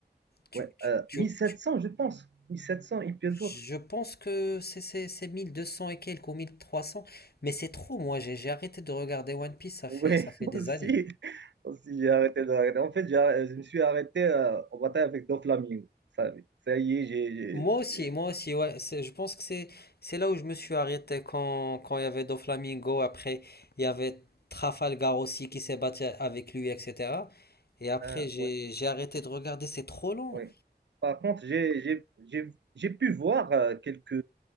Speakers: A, on the left; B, on the right.
A: Tu,
B: ouais.
A: tu,
B: Euh,
A: tu,
B: 1700,
A: tu-
B: je pense. 1700 épisodes.
A: je pense que c'est c'est- c'est 1200 et quelques ou 1300. mais c'est trop, moi, j'ai j'ai arrêté de regarder One Piece, ça
B: Oui,
A: fait,
B: <laughs>
A: ça fait
B: aussi,
A: des années.
B: aussi j'ai arrêté de regarder. En fait, j'ai arr- je me suis arrêté euh, en bataille avec Doflamingo. Ça, ça y est, j'ai. j'ai-
A: Moi aussi,
B: j'ai-
A: moi aussi, ouais, c'est- je pense que c'est c'est là où je me suis arrêté quand quand il y avait Doflamingo, après il y avait Trafalgar aussi qui s'est battu avec lui, etc. Et après
B: ah,
A: j'ai
B: ouais,
A: j'ai arrêté de regarder, c'est trop long.
B: ouais. Par contre, j'ai j'ai- j'ai- j'ai pu voir euh, quelques,